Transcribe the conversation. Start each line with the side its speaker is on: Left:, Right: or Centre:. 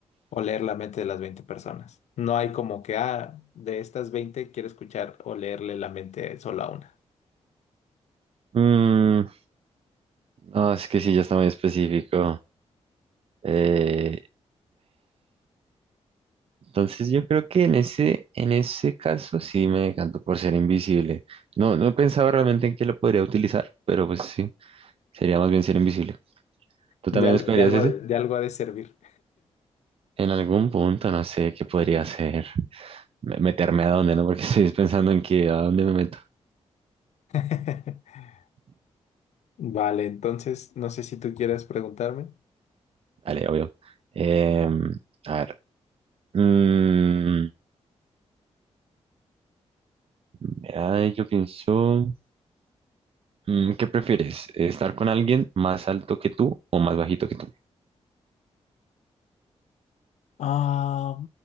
Left: o leer la mente de las 20 personas. No hay como que, ah, de estas 20 quiero escuchar o leerle la mente solo a una.
Right: Mm, no, es que sí, ya está muy específico. Eh, entonces yo creo que en ese, en ese caso sí me decanto por ser invisible. No, no he pensado realmente en qué lo podría utilizar, pero pues sí, sería más bien ser invisible. ¿Tú
Left: De,
Right: también
Left: al-
Right: escogerías
Left: de algo,
Right: ese?
Left: ha- de algo ha de servir.
Right: En algún punto, no sé qué podría hacer. Me- Meterme a dónde, ¿no? <laughs> Porque estoy pensando en que a dónde me meto.
Left: <laughs> Vale, entonces, no sé si tú quieres preguntarme.
Right: Vale, obvio. Em, a ver. mm, mira, yo pienso, mm, ¿qué prefieres? ¿Estar con alguien más alto que tú o más bajito que tú?
Left: Ah,